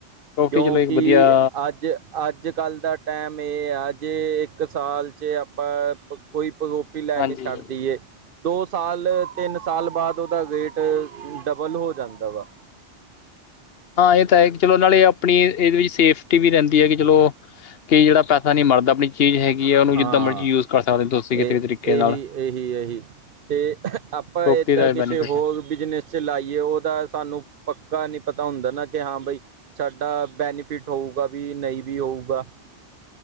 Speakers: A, on the left; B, on the right.
A: ਪ੍ਰੋਪਰਟੀ
B: ਕਿਉਂਕਿ
A: ਚਲੋ ਇੱਕ ਵਧੀਆ
B: ਅੱਜ ਅੱਜ ਕੱਲ੍ਹ ਦਾ ਟਾਈਮ ਇਹ ਆ ਜੇ ਇੱਕ ਸਾਲ 'ਚ ਆਪਾਂ ਪ ਕੋਈ ਪੋ ਲੈ
A: ਹਾਂਜੀ
B: ਕੇ ਛੱਡਦੀਈ ਦੋ ਸਾਲ ਤਿੰਨ ਸਾਲ ਬਾਅਦ ਉਹਦਾ ਵੇਟ ਡਬਲ ਹੋ ਜਾਂਦਾ ਵਾ
A: ਹਾਂ ਇਹ ਤਾਂ ਹੈ ਕਿ ਚਲੋ ਨਾਲੇ ਆਪਣੀ ਇਹਦੇ ਵਿੱਚ ਸੇਫਟੀ ਵੀ ਰਹਿੰਦੀ ਹੈ ਕਿ ਚਲੋ ਕ ਜਿਹੜਾੈਸ ਨੀ ਮਰਦਾ ਆਪਣੀ ਚੀਜ਼ ਹੈਗੀ ਹੈ ਉਹਨੂੰ
B: ਹਾਂ
A: ਜਿੱਦਾਂ ਮਰਜ਼ੀ ਯੂਜ ਕਰ ਸਕਦੇ ਹੋ ਤੁਸੀਂ
B: ਇਹ
A: ਕਿਸੇ ਵੀ ਤਰੀਕੇ
B: ਇਹੀ
A: ਨਾਲ
B: ਇਹੀ ਇਹੀ ਤੇ ਆਪਾਂ
A: ਪ੍ਰੋਪਰਟੀ
B: ਏਦਾਂ
A: ਦਾ
B: ਕਿਸੇ
A: ਬੈਨੀਫਿਟ
B: ਹੋਰ
A: ਹੈ
B: ਬਿਜਨਸ ਚ ਲਾਈਏ ਉਹਦਾ ਸਾਨੂੰ ਪੱਕਾ ਨਹੀਂੀ ਪਤਾ ਹੁੰਦਾ ਨਾ ਕਿ ਹਾਂ ਬਾਈ ਸਾਡਾ ਬੈਨੀਫਿਟ ਹੋਊਗਾ ਵੀ ਨਹੀਂ ਵੀ ਹੋਊਗਾ